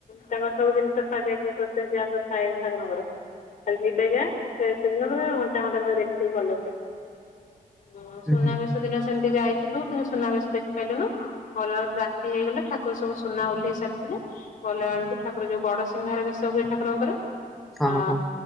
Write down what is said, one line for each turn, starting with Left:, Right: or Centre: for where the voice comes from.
Left: ତାଙ୍କର ସବୁ ଜିନିଷ ସରିଯାଇଥାଏ ପ୍ରୋସେସ ଯାହା ସବୁ ଥାଏ ଠାକୁରଙ୍କର। ଖାଲି ଯିବେ ଗା ସେ ସେଦିନ ପୁରା ଘଣ୍ଟା ଘଣ୍ଟା ଧରି ଦେଖିବୁ ଭଲସେ। ଓ
Centre: ହୁଁ
Left: ସୁନାବେଶ ଦିନ ସେମିତି ଯାଇଥିଲୁ କିନ୍ତୁ ସୁନାବେଶ ଦେଖିପାଇଲୁନୁ ଗଲା ବେଳକୁ ରାତି ହେଇଗଲା ଠାକୁର ସବୁ ସୁନା ଓହ୍ଲେଇ ସାରିଥିଲେ। ଗଲା ବେଳକୁ ଠାକୁର ଯୋଉ ବଡ ସିଂହାର ବେଶ ହୁଏ ଠାକୁରଙ୍କର
Centre: ହଁ
Left: ଆ
Centre: ହଁ